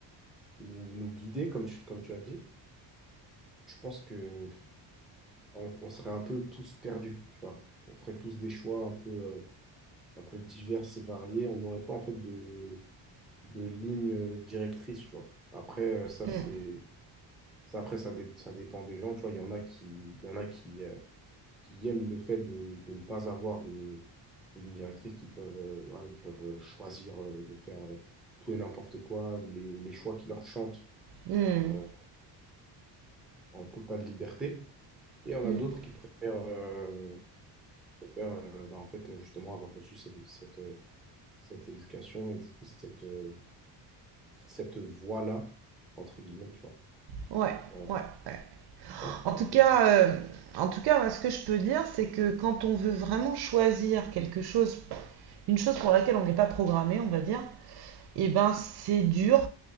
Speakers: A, in the centre; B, on the right.
A: nous, nous guider, comme tu, comme tu as dit, je pense que on, on serait un peu tous perdus, tu vois. On ferait tous des choix un peu, euh, un peu divers et variés. On n'aurait pas, en fait, de, de ligne euh, directrice, tu vois. Après, euh, ça,
B: hmm,
A: c'est, ça, après, ça, dé- ça dépend des gens, tu vois. Il y en a qui, il y en a qui, euh, qui aiment le fait de, de ne pas avoir de, de ligne directrice, qui peuvent, euh, voilà, ils peuvent euh, choisir euh, de faire euh, tout et n'importe quoi, les, les choix qui leur chantent
B: hmm,
A: euh, en totale liberté. Et on
B: hmm.
A: a d'autres qui préfèrent, euh, préfèrent euh, bah, en fait, euh, justement, avoir reçu cette, cette, euh, cette éducation et du coup, cette, euh, cette voie-là, entre guillemets, tu vois.
B: Ouais,
A: Euh,
B: ouais, ouais.
A: ah, attends,
B: En tout
A: je-
B: cas,
A: je-
B: euh, en tout cas, moi, ce que je peux dire, c'est que quand on veut vraiment choisir quelque chose, une chose pour laquelle on n'est pas programmé, on va dire, eh ben c'est dur.